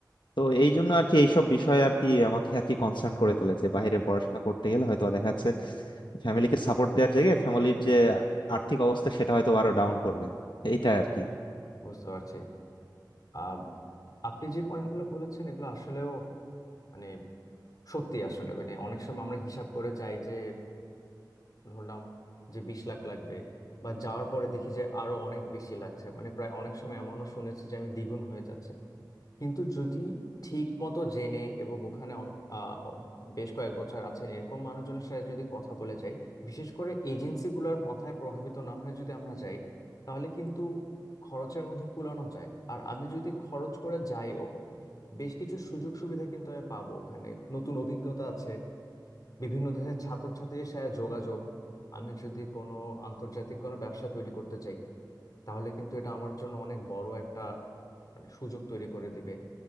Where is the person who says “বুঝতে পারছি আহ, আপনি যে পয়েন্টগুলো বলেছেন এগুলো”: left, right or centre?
Left